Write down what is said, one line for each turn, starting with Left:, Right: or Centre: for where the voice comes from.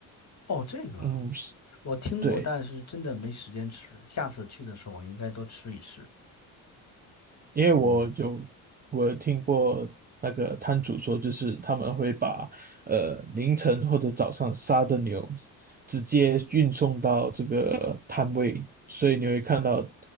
Left: 哦这个啊
Right: 嗯，
Left: 我听过，
Right: 对，
Left: 但是真的没时间吃，下次去的时候我应该多吃一吃。
Right: 因为我有我有听过那个摊主说，
Left: 嗯，
Right: 就是他们会把呃凌晨或者早上杀的牛直接运送到这个摊位，所以你会看到